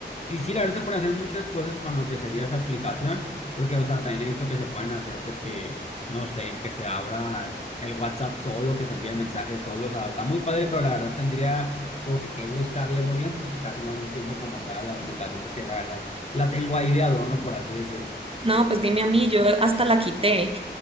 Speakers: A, on the left; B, on the right.
A: Y sí, la verdad se pueden hacer muchas cosas con lo que sería esa aplicación, porque, o sea, también he visto que se pueden hacer de que, no sé, que se abra el WhatsApp solo, que se envíen mensajes solo, o sea, está muy padre, pero la verdad tendría como que, que buscarle muy bien, porque casi no le entiendo como tal la aplicación, porque la verdad la tengo ahí de adorno, por así decirlo. <laughs>
B: No, pues dime a mí, yo hasta la quité.